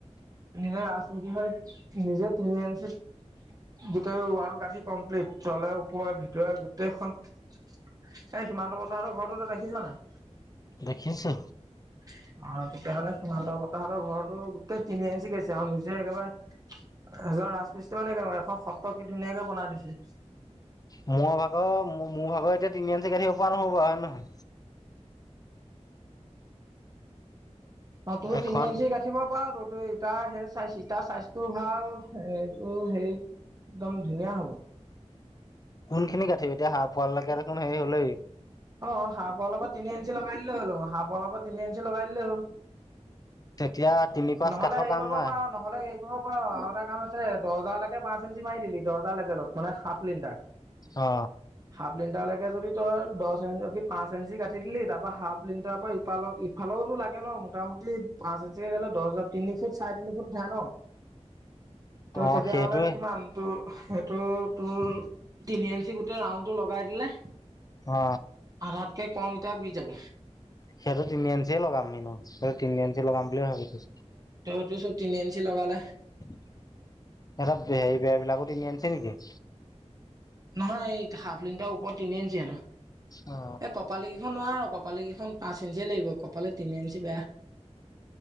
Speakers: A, on the right; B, on the left.
A: নিজে ৰাজমিস্ত্ৰী হয় নিজে তিনি ইঞ্চিত গোটেই ৱাল গাঠি কমপ্লিট তলে ওপৰে ভিতৰে গোটেইখন এ সিমান্ত বৰ্তা হতৰ ঘৰটো তই দেখিছ নাই?
B: দেখিছো
A: আৰু তেতিয়াহ'লে সিমান্ত বৰ্তা হতৰ ঘৰটো গোটেই তিনি ইঞ্চি গেছে আৰু নিজে একেবাৰে এজন ৰাজমিস্ত্ৰী মানে কেনেকুৱা এখন সত্ৰ কি ধুনীয়াকে বনাই দিছে
B: মোৰ ভাগৰ মোৰ ভাগৰ এতিয়া <unintelligible> হয় নহয়
A: অ তোৰ
B: এখন
A: তিনি ইঞ্চি গাঠিব পৰা টো এইটো ইতাৰ সে ইতাৰ চাইজটোও ভাল এইটো হেৰি একদম ধুনীয়া হ'ব।
B: কোন খিনি গাঠিবি এতিয়া হাফ ৱাললৈকে দেখোন হেৰি হ'লই
A: অ হাফৱালৰ পৰা তিনি ইঞ্চি লগাই দিলেই হ'ল, হাফৱালৰ পৰা তিনি ইঞ্চি লগাই দিলেই হ'ল।
B: তেতিয়া তিনি পাঁচ
A: নহলে
B: কাঠৰ
A: হেৰি
B: কাম
A: কৰিব
B: নাই
A: পাৰ নহলে হেৰি কৰিব পাৰ। এটা কাম আছে দহজালৈকে পাচ এনঞ্চি মাৰি দিলি দৰ্জা লেভেলত মানে সাফ লিণ্টাৰ।
B: অ
A: হাফ লিণ্টাৰ লকে যদি তই দশ ই কি পাঁচ ইঞ্চি গাঠি দিলি তাৰ পৰা হাফ লিণ্টাৰৰ পৰা ইফালৰ ইফালৰতো লাগে ন মোটামুটি পাঁচ ইঞ্চিকে গলে দহ হাজাৰ তিনি ফুট চাৰে তিনি ফুট উঠায় ন তই
B: অ
A: তেতিয়াহ'লে
B: সেইটোৱে
A: কিমান তোৰ সেইটো তোৰ তিনি ইঞ্চি গোটেই ৰাউণ্ড টো লগাই দিলে।
B: অ।
A: তাতকৈ কম ইটা গুচি যাব।
B: সেইটো তিনি আঞ্চিয়ে লগাম এনো সেইটো তিনি আঞ্চি লগাম বুলি ভাবিছোঁ
A: এইটো চব তিনি ইঞ্চি লগালে
B: তহঁতক হেৰি বেৰ বিলাকও তিনি ইঞ্চি নেকি।
A: নহয় এই হাফ লিণ্টাৰ ওপৰত তিনি ইঞ্চি হেনো
B: অ
A: এই কপালি কেইখন নোৱাৰ ক কপালি কেইখন পাঁচ ইঞ্চিয়ে লাগিব কপালি তিনি ইঞ্চি বেয়া